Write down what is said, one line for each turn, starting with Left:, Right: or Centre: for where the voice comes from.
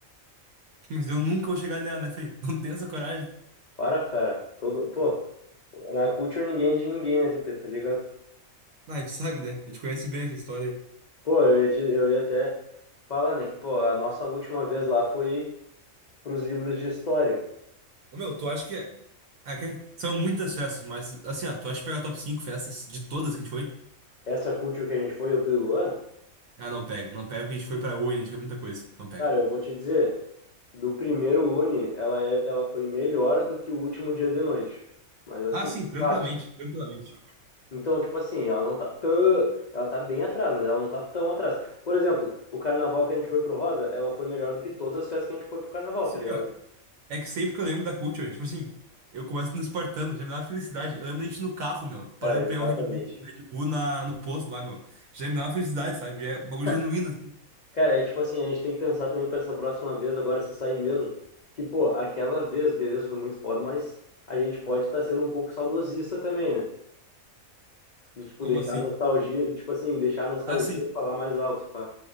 Right: <laughs> Mas eu nunca vou chegar nela, né, Fê? Não tenho essa coragem.
Left: Para, cara. Todo, pô, na culture ninguém é de ninguém, né, TP, tá ligado?
Right: Ah, a gente sabe, né? A gente conhece bem essa história aí.
Left: Pô, eu ia, te- eu ia até falar, né, que, pô, a nossa última vez lá foi pros livros de história.
Right: Ô, meu, tu acha que. ah, que são muitas festas, mas assim, ó, tu acha que pega top 5 festas de todas que a gente foi?
Left: Essa culture que a gente foi, eu fui o Luan,
Right: Ah, não pega. Não pega porque a gente foi pra Uni, a gente foi pra muita coisa. Não pega.
Left: cara, eu vou te dizer, do primeiro Uni, ela, é, ela foi melhor do que o último dia de noite. Mas assim,
Right: Ah, sim, tranquilamente,
Left: fácil.
Right: tranquilamente.
Left: Então, tipo assim, ela não tá tão. Ela tá bem atrás, mas ela não tá tão atrás. Por exemplo, o carnaval que a gente foi pro Rosa, ela foi melhor do que todas as festas que a gente foi pro carnaval,
Right: Sim,
Left: tá ligado?
Right: meu, é que sempre que eu lembro da Culture, tipo assim, eu começo no Espartano, já me dá uma felicidade. Eu lembro da gente no carro, meu, parando
Left: Cara,
Right: pra
Left: exatamente.
Right: pegar um Red Bull, um Red Bull na, no posto lá, meu. Já me dá uma felicidade, sabe? Já É um bagulho
Left: <laughs>
Right: genuíno, assim.
Left: Cara, é tipo assim, a gente tem que pensar também para essa próxima vez, agora se sair mesmo, que, pô, aquela vez, beleza, foi muito foda, mas a gente pode estar sendo um pouco saudosista também, né? De, tipo,
Right: Como
Left: deixar
Right: assim?
Left: a nostalgia, tipo assim, deixar a nostalgia
Right: Ah, sim.
Left: falar mais alto, pá.